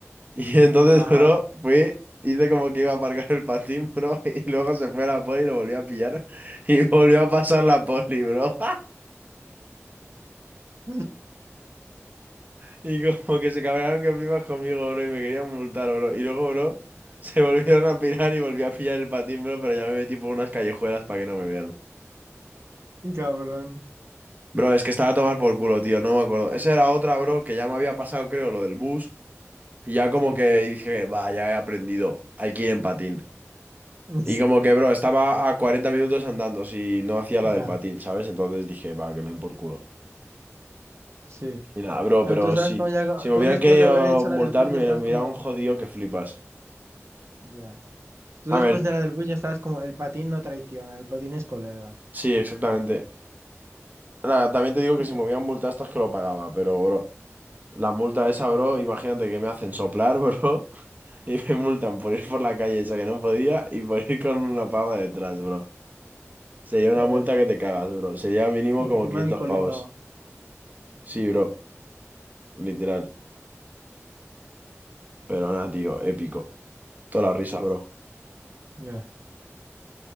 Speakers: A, on the right; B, on the right.
A: Y entonces,
B: Ajá.
A: bro, fui, hice como que iba a aparcar el patín, <laughs> bro. Y luego se fue a la poli y lo volvió a pillar. Y volvió a pasar la poli, bro.
B: <laughs>
A: Y como que se cabrearon que flipas conmigo, bro, y me querían multar, bro. Y luego, bro, <laughs> se volvieron a pirar y volví a pillar el patín, bro, pero ya me metí por unas callejuelas para que no me vean.
B: Cabrón.
A: Bro, es que estaba a tomar por culo, tío, no me acuerdo. Esa era otra, bro, que ya me había pasado, creo, lo del bus. Y ya como
B: Sí.
A: que
B: <laughs>
A: dije, va, ya he aprendido, hay que ir en patín.
B: Es-
A: Y como que, bro, estaba a 40 minutos andando si no hacía la
B: Ya,
A: del patín, ¿sabes? Entonces dije, va, que le den por culo.
B: sí.
A: Y nada, bro,
B: Claro,
A: pero
B: tú estabas
A: sí,
B: como ya, co-
A: si me
B: tú
A: hubieran
B: después
A: querido
B: de haber hecho
A: multarme,
B: la del bus ya estabas
A: me hubieran
B: como,
A: jodido que flipas.
B: ya. Tú
A: A
B: después
A: ver,
B: de la del bus ya estabas como, el patín no traiciona, el patín es colega.
A: Sí, exactamente. Nada, también te digo
B: Y
A: que
B: le-
A: si me hubieran multado estas que lo pagaba, pero bro, la multa esa, bro, imagínate que me hacen soplar, bro, <laughs> y me multan por ir por la calle esa que no podía y por ir con una pava detrás, bro. Sería
B: Joder.
A: una multa que te cagas, bro. Sería mínimo
B: Y encima
A: como 500
B: alcoholizado.
A: pavos. Sí, bro, literal. Pero nada, tío, épico. Toda la risa, bro.
B: Ya.